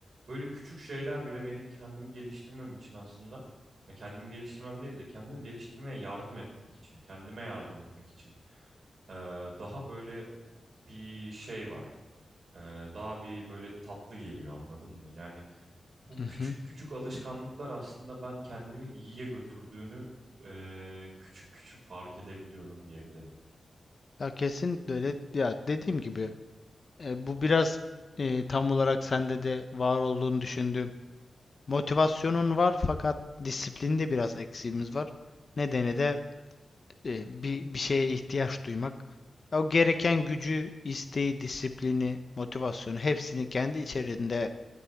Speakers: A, on the right; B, on the left.
A: böyle küçük şeyler bile beni kendim geliştirmem için aslında ya kendimi geliştirmem değil de kendimi geliştirmeye yardım etmek için, kendime yardım etmek için ee, daha böyle bir şey var. Ee, daha bir böyle tatlı geliyor anladın mı? Yani bu
B: Hı hı.
A: küçük küçük alışkanlıklar aslında ben kendimi iyiye götürdüğünü e, küçük küçük fark edebiliyorum diyebilirim.
B: Ya kesinlikle öyle. Ya dediğim gibi e, bu biraz e, tam olarak sende de var olduğunu düşündüğüm Motivasyonun var fakat disiplinde biraz eksiğimiz var. Nedeni de e, bir, bir şeye ihtiyaç duymak. O gereken gücü, isteği, disiplini, motivasyonu hepsini kendi içerisinde